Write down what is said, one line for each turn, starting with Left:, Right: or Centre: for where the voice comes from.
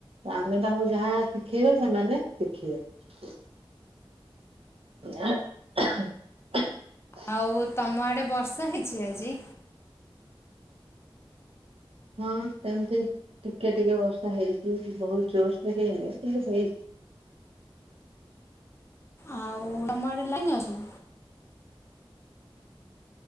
Right: ଆମେ ତାଙ୍କୁ ଯାହା ଶିଖେଇବା ସେମାନେ ଶିଖିବେ। <unintelligible>
Left: ଆଉ ତମ ଆଡେ ବର୍ଷା ହେଇଛି ଆଜି?
Right: ହଁ ସେମିତି ଟିକେ ଟିକେ ବର୍ଷା ହେଇଛି, ବହୁତ ଜୋରସରେ ହେଇନି କିନ୍ତୁ ହେଇଛି।
Left: ଆଉ ତମ ଆଡ଼େ ଲାଇନ ଅଛି?